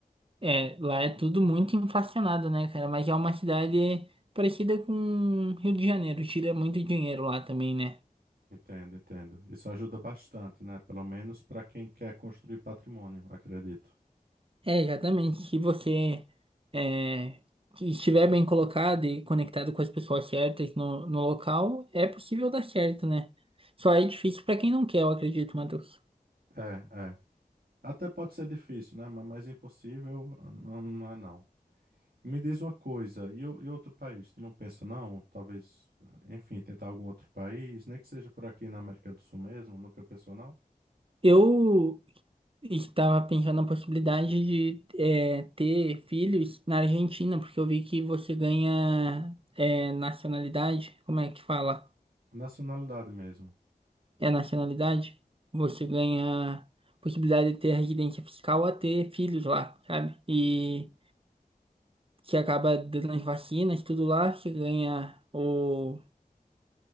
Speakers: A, on the right (about 35°); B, on the right (about 80°).
A: É, lá é tudo muito inflacionado, né, cara? Mas é uma cidade parecida com Rio de Janeiro, tira muito dinheiro lá também, né?
B: Entendo, entendo. Isso ajuda bastante, né? Pelo menos para quem quer construir patrimônio, acredito.
A: É, exatamente. Se você é, estiver bem colocado e conectado com as pessoas certas no, no local, é possível dar certo, né? Só é difícil pra quem não quer, eu acredito, Matheus.
B: É, é. Até pode ser difícil, né? Mas mais impossível ah, não, não é não. Me diz uma coisa, e, o- e outro país? Tu não pensa não? Talvez, enfim, tentar algum outro país, nem que seja por aqui na América do Sul mesmo, nunca pensou não?
A: Eu Estava pensando na possibilidade de é, ter filhos na Argentina, porque eu vi que você ganha é, nacionalidade. Como é que fala?
B: Nacionalidade mesmo.
A: É nacionalidade? Você ganha possibilidade de ter residência fiscal a ter filhos lá, sabe? E você acaba dando as vacinas, tudo lá, você ganha o